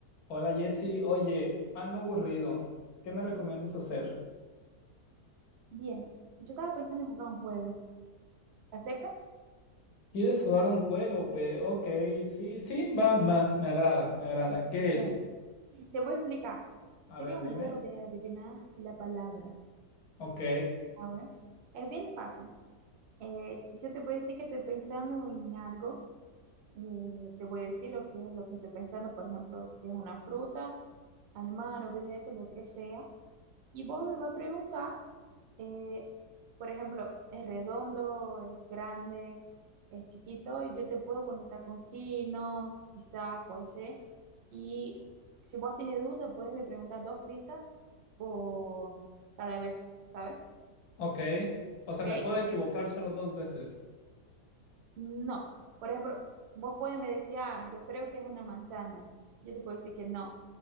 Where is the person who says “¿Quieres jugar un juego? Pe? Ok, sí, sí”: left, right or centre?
Left